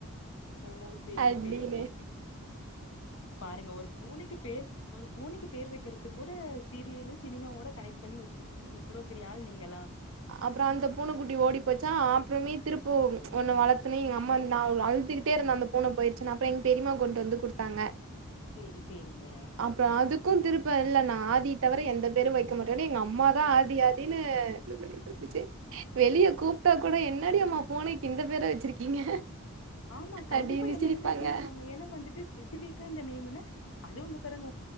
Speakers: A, on the left; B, on the right.
A: ஓ சேரி
B: அப்டின்னு
A: சேரிங்க பாருங்க ஒரு பூனைக்கு பேர் ஒரு பூனைக்கு பேர் வைக்கறது கூட சீரியலு சினிமாவோட கனேக்ட் பண்ணி வச்சிருக்கீங்கன்னா எவ்ளோ பெரிய ஆள் நீங்களா
B: அப்பற அந்த பூனைக்குட்டி ஓடி போச்சா அப்பறமே திருப்பூ ஒன்னு வளத்தோன்னே எங்க அம்மா நா அழுதுக்கிட்டே இருந்த அந்த பூன போயிடுச்சுனு அப்பற எங்க பெரிமா கொண்டு வந்து கொடுத்தாங்க
A: சேரி சேரிங்க
B: அப்பற அதுக்கும் திருப்ப இல்ல நா ஆதி தவிர எந்த பேரு வைக்க மாட்டன்னு எங்க அம்மாதா ஆதி ஆதின்னு விஐய் வெளிய கூப்பிட்டா கூட என்னாடி அம்மா பூனைக்கு இந்த பேர வச்சிருக்கீங்க
A: ஆமா கண்டிப்பா
B: அப்டின்னு
A: எல்லாருமே
B: சிரிப்பாங்க
A: கேட்பாங்க ஏன்னா வந்துட்டு பேசிவிக்கா இந்த நேம்னு அது உ உங்க உங்க பாருங்க